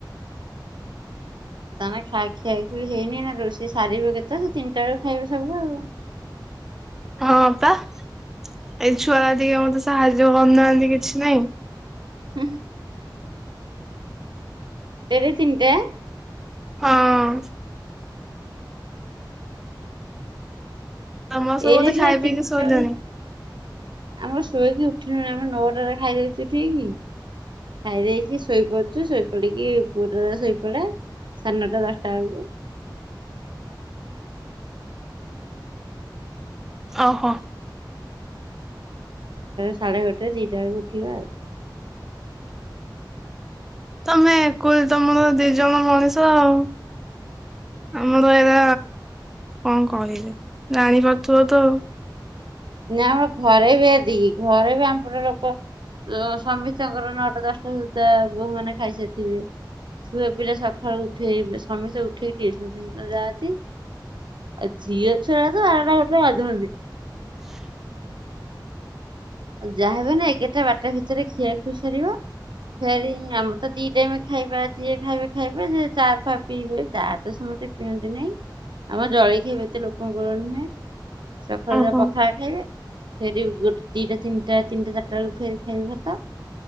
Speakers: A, on the right; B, in the centre.
A: ତମେ ଖାଆ ଖିଆ ଖିଇ ହେଇନି ନା ରୋଷେଇ ସାରିବ କେତେ ସେ ତିନଟା ବେଳୁ ଖାଇବେ ସବୁ ଆଉ
B: ହଁ ପା ଏଇ ଛୁଆ ଟିକେ ମତେ ସାହାଯ୍ୟ କରୁନାହାନ୍ତି କିଛି ନାହିଁ।
A: ହୁଁ। <unintelligible>
B: ହଁ। ସମସ୍ତେ
A: ଏଇନା
B: ବୋଧେ
A: ସିନା
B: ଖାଇ
A: ତିନିଟା
B: ପିଇକି ଶୋଇଲଣି?
A: ବେଳେ ଆମର ଶୋଇକି ଉଠିନୁ ଆମେ ନଅଟାରେ ଖାଇଦଉଛୁ ଠିକ। ଖାଇ ଦେଇେଇକି ଶୋଇପାରୁୁଛୁ ଶୋଇପଡିକି ପୁରଦା ଶୋଇପଡା। ସାଢ଼େ ନା ଟା ଦଶଟା ବେଳକୁ <unintelligible>
B: ଓହୋ।
A: ସାଢେ ଗୋଟେ ଦି ଟା ବେଳ କୁ ଉଠିବା ଆଉ।
B: ତମେ ତମର ଦି ଜଣ ମଣିଷ ଆଉ। ଆମର ଏରା କଣ କହିବେ ଜାଣିପାରୁଥିବ ତ ଆଉ।
A: ନା ଆମର ଘରେ ବି ଏତିକି, ଘରେ ବି ଆମର ଲୋକ ସମୀସ୍ତଙ୍କର ନଅଟା ଦଶଟା ସୁଦ୍ଧା ବୋହୂ ମାନେ ଖାଇସାରିଥିବେ। ଛୁଆ ପିଲା ସକାଳୁ ଉଠେଇ ସମସ୍ତେ ଉଠେଇକି ଟିସନ ଫିସନ୍ ଯାନ୍ତି। ଆଉ ଝିଅ ଛୁଆ ତ ବାର ଟା ଗୋଟେ ରେ ଗାଧାନ୍ତି।
B: <inaudible>
A: ଯାହା ହେବ ନା ଏଗାରଟା ବାରଟା ଭିତରେ ଖିଆଖିଇ ସାରିବ। ଫେରି ଆମର ତ ଦି ଟାଇମ ଖାଇବା, ଯିଏ ଖାଇବା ଖାଇବେ ଯେ ଚା ଫା ପିଇବେ ଚା ତ ସମସ୍ତେ ପିଅନ୍ତି ନାଇଁ। ଆମର ଜଳଖିଆ ଏତେ ଲୋକଙ୍କର ନୁହେଁ। ସକାଳୁରେ
B: ଆଉ। ଓହୋ।
A: ପଖାଳ ଖାଇବେ ସେଠ ଗୋଟ ଦିଟା ତିନଟା ତିନି ଟା ଚାରି ଟା ବେଳକୁ ଫେରେ ଖାଇବେ ତ।